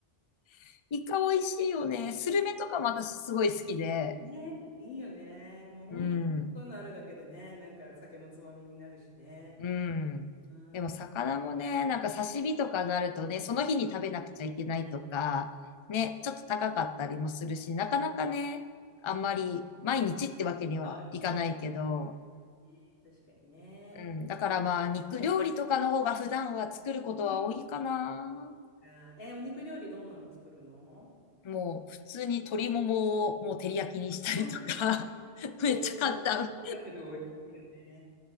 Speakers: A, on the left; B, on the left.
A: <laughs> イカ美味しいよね。スルメとかも私すごい好きで。
B: ね、いいよね。もう本当、
A: うん、
B: そういうのあるだけでね、なんか酒のつまみになるしね。
A: うん。
B: うーん、
A: でも魚もね、
B: いっ
A: なんか刺身とかになるとね、その日に食べなくちゃいけないとか、
B: ぱいありますそ
A: ね、ちょっと高かったりもするし、なかなかね、あんまり毎日ってわけにはいかないけど、
B: うですね。確かにね。
A: うん。だからまあ、肉料理とかの方が普段は作ることは多いかな。
B: うんか。え、お肉料理どんなの作るの
A: もう、普通に鶏ももをもう照り焼きにしたりとか。
B: おん
A: <laughs> めっちゃ簡単。
B: 王道、王道だけど美味しいよね。